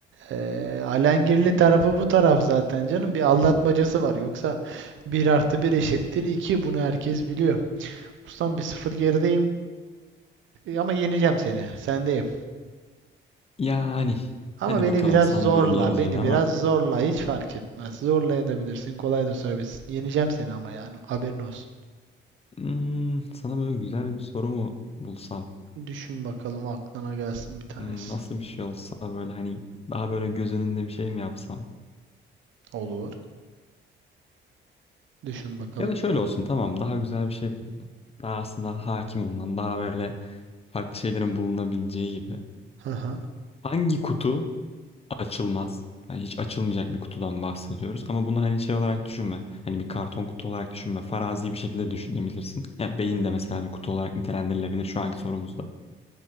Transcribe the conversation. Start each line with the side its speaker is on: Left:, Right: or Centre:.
Right: eee alengirli tarafı bu taraf zaten canım. Bir aldatmacası var. Yoksa bir artı bir eşittir iki Bunu herkes biliyor. Ustam bir sıfır gerideyim. Eee, ama yeneceğim seni. Sendeyim.
Left: yani
Right: Ama
Left: hadi
Right: beni
Left: bakalım
Right: biraz
Left: sanmıyorum
Right: zorla.
Left: yeneceğini
Right: Beni
Left: ama
Right: biraz zorla. Hiç fark etmez. Zorlayabilirsin. Kolay da sorabilirsin. Yeneceğim seni ama yani. Haberin olsun.
Left: hmm, sana böyle güzel bir soru mu bulsam?
Right: Düşün bakalım aklına gelsin bir tanesi.
Left: Hmm, nasıl bir şey olsa böyle hani daha böyle göz önünde bir şey mi yapsam?
Right: Olur. Düşün bakalım.
Left: Ya da şöyle olsun tamam daha güzel bir şey buldum. Daha aslında hakim olunan daha böyle farklı şeylerin bulunabileceği gibi.
Right: Hı hı.
Left: Hangi kutu açılmaz. Yani hiç açılmayacak bir kutudan bahsediyoruz. Ama bunu hani şey olarak düşünme. Hani bir karton kutu olarak düşünme. Farazi bir şekilde düşünebilirsin. Ya beyin de mesela bir kutu olarak nitelendirilebilir şu anki sorumuzda.